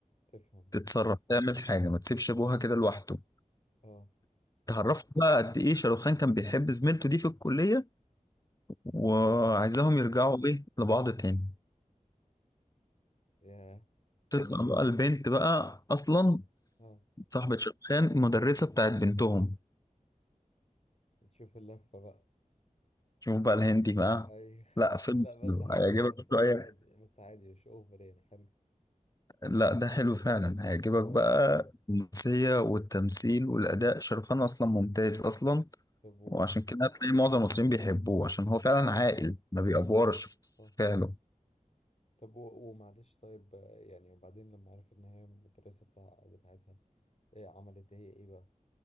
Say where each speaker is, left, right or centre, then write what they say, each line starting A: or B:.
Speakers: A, on the left (about 50°); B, on the left (about 25°).
A: تفهم
B: تتصرف تعمل حاجة ما تسيبش أبوها كده لوحده
A: اه
B: اتعرفت بقى قد ايه شاروخان كان بيحب زميلته دي في الكلية وعايزاهم
A: اه
B: يرجعوا ايه لبعض تاني
A: ياه
B: تطلع بقى البنت بقى اصلا
A: اه
B: صاحبة شاروخان المدرسة بتاعت بنتهم
A: تشوف اللفة بقى
B: شوف بقى الهندي بقى
A: اي
B: لا
A: <laughs>
B: فيلم
A: لا
B: حلو
A: بس حلوة
B: هيعجبك
A: بس عادي
B: شوية
A: بس عادي مش اوفر يعني حلو
B: لا ده حلو فعلا هيعجبك
A: اه
B: بقى الرومانسية والتمثيل والأداء شاروخان أصلا ممتاز أصلا
A: طب و-
B: وعشان كده هتلاقي معظم المصريين بيحبوه عشان هو فعلا
A: صح
B: عاقل ما بيأفورش في
A: صح
B: فعله
A: طب و- ومعلش طيب آه، يعني وبعدين لما عرفت ان هي المدرسة بتاع بتاعتها إيه عملت هي ايه بقى؟